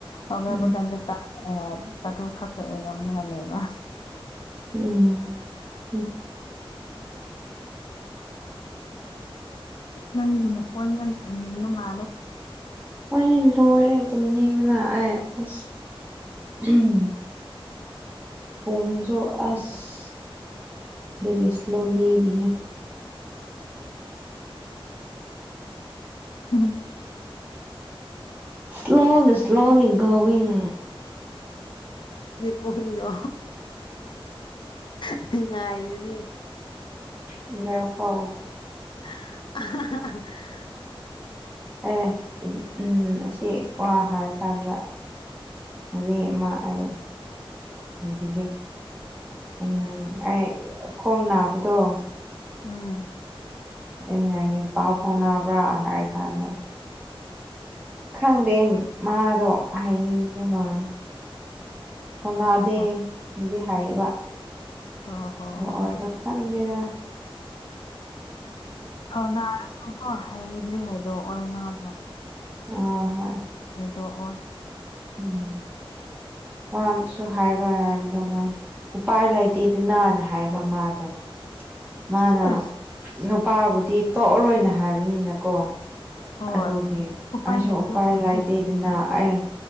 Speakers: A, on the left; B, on the right.
A: ꯍꯧꯒꯠꯀꯥꯟꯗ
B: ꯎꯝ
A: ꯇꯥꯔꯨꯛ ꯈꯛꯇ ꯑꯣꯏꯔꯝꯃꯦꯕ
B: ꯎꯝ ꯎꯝ
A: ꯅꯪꯗꯤ ꯃꯈꯣꯡ ꯌꯥꯝ ꯇꯨꯝꯅꯤꯡꯕ ꯃꯥꯜꯂꯦ
B: ꯍꯣꯏꯅꯦ ꯂꯣꯏꯔꯦ ꯇꯨꯝꯅꯤꯡꯕꯅ ꯑꯩ ꯑꯁ ꯎꯝ ꯄꯨꯡꯁꯨ ꯑꯁ ꯔꯦꯁꯂꯔꯤꯦ <inaudible>
A: <unintelligible>
B: ꯁ꯭ꯂꯣꯂꯤ ꯁ꯭ꯂꯣꯂꯤ ꯒꯣꯋꯤꯡ
A: ꯄꯨꯡꯗꯣ ꯅꯨꯉꯥꯏꯕꯅꯤ
B: ꯀꯣ
A: <unintelligible>
B: ꯑꯦ ꯎꯝ ꯑꯁꯤ ꯋꯥ ꯍꯥꯏꯔꯀꯥꯟꯗ ꯋꯥꯔꯤ ꯑꯃ ꯑꯩ ꯂꯩꯕꯤꯒꯦ ꯎꯝ ꯑꯩ ꯈꯣꯡ ꯅꯥꯕꯗꯣ
A: ꯎꯝ
B: ꯑꯦ ꯍꯌꯦ ꯏ ꯄꯥ ꯐꯥꯎꯅꯕ꯭ꯔꯥ ꯍꯥꯏꯔ ꯀꯥꯟꯗ <inaudible> ꯈꯪꯗꯦ ꯃꯥꯗꯣ ꯍꯥꯏꯅꯤꯡꯕ ꯃꯥꯜꯂꯦ ꯑꯣꯅꯥꯗꯦ
A: ꯑꯍꯣ
B: ꯑꯗꯨꯗꯤ ꯍꯥꯏꯕ
A: ꯍꯣꯏ ꯍꯣꯏ
B: ꯑꯣ
A: ꯍꯣꯏ
B: ꯑꯣꯏꯔꯁꯨ ꯍꯪꯗꯦꯗ
A: ꯊꯧꯅꯥꯔꯁꯨ ꯀꯣ ꯍꯩꯕꯗꯤ ꯍꯩꯏꯗꯣꯛꯑꯣꯏ ꯃꯥꯗꯣ
B: ꯑꯥ ꯍꯣꯏ
A: ꯍꯥꯏꯗꯣꯛꯑꯣꯏ
B: ꯎꯝ ꯄꯥꯝꯁꯨ ꯍꯥꯏꯔꯣꯏ ꯍꯥꯏꯕꯗꯣ ꯃꯥ ꯎꯄꯥꯏ ꯂꯩꯇꯦꯗꯅꯥꯅ ꯍꯥꯏꯕ ꯃꯥꯗꯣ ꯃꯥꯅ
A: ꯁꯦꯁ
B: ꯅꯨꯄꯥꯕꯨꯗꯤ ꯇꯣꯛꯑꯔꯣꯏꯅ ꯍꯥꯏꯕꯅꯤꯅꯀꯣ
A: ꯍꯣꯏ
B: ꯑꯗꯨꯒꯤ ꯑꯩꯁꯨ
A: ꯂꯩꯇꯦ
B: ꯎꯄꯥꯏ
A: ꯍꯥꯏꯔꯗꯤ
B: ꯂꯩꯥꯏꯇꯦ ꯑꯗꯨꯅ ꯑꯩ